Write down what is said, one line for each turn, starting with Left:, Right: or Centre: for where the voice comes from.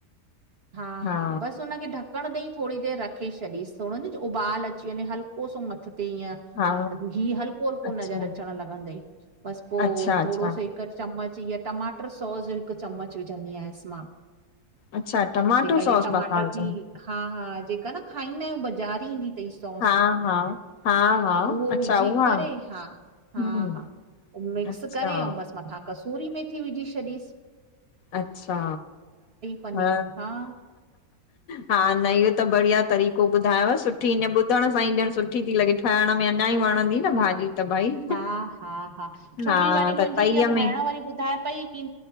Right: हा-हा
Left: हा
Right: बस हुन खे ढक ढकड़ ॾेई थोडी देर रखी छॾीस न उबाल अची वञे हल्को सो मथ ते ईय
Left: हा
Right: घी हलको हलको
Left: अच्छा
Right: नज़र अचण लॻंदई बस पो
Left: अच्छा अच्छा
Right: थोडो सो ही हिक चम्मच हिय टमाटर सॉस हिक चम्मच विझंदी आयसि मां
Left: अच्छा टमाटो
Right: जेका
Left: सॉस
Right: इहा टमाटर
Left: मथां विझंदा
Right: जी हा-हा जेका न खाईंदा आहियूं बज़ारि ईंदी तई सॉस
Left: हा हा हा हा
Right: उहो
Left: अच्छा
Right: विझी
Left: उहा
Right: करे हा हा-हा
Left: हम्म
Right: मिक्स
Left: अच्छा
Right: करे बस मथा कसूरी मेथी विझी छॾीस
Left: अचछा
Right: पनीर
Left: ह
Right: हा
Left: हा न इहो त बढ़िया तरीक़ो ॿुधायाव सुठी नं ॿुधण सां ई ॼण सुठी थी लॻे खाएण में अञा ई वणंदी न भाॼी त भई
Right: हा हा हा छोकी
Left: हा
Right: वरी
Left: त
Right: मुंहिंजी
Left: तईअ
Right: हीअ भेण
Left: में
Right: वरी ॿुधाए पई। की